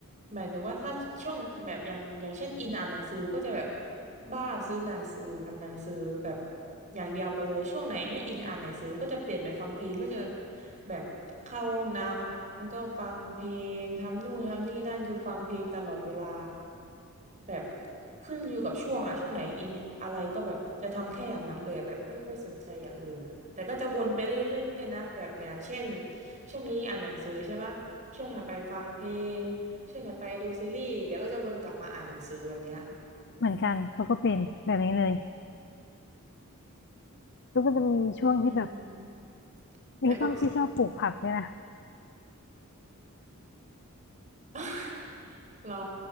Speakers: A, on the right (about 35°); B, on the left (about 55°).
A: หมายถึงว่าถ้าช่วงแบบอย่างอย่างเช่นอินอ่านหนังสือก็จะแบบ บ้าซื้อหนังสืออ่านหนังสือแบบอย่างเดียวไปเลยช่วงไหนไม่อินอ่านหนังสือก็จะเปลี่ยนไปฟังเพลงก็จะแบบเข้าห้องน้ำก็ฟังเพลงทำนู่นทำนี่นั่นคือฟังเพลงตลอดเวลาแบบขึ้นอยู่กับช่วงอะช่วงไหนอินอะไรก็แบบจะทำแค่อย่างนั้นเลยอะแบบไม่ค่อยสนใจอย่างอื่นอะแต่ก็จะวนไปเรื่อยๆนะแบบอย่างเช่นช่วงนี้อ่านหนังสือใช่ปะช่วงถัดไปฟังเพลงช่วงถัดไปดูซีรีส์เดี๋ยวก็จะวนกลับมาอ่านหนังสือแบบเนี้ย
B: เหมือนกันเขาก็เป็นแบบนี้เลยก็ก็จะมีช่วงที่แบบ
A: อืม
B: ไม่ชอบไม่ชอบปลูกผักเลยนะ
A: แต่ก็ <laughs> เหรอ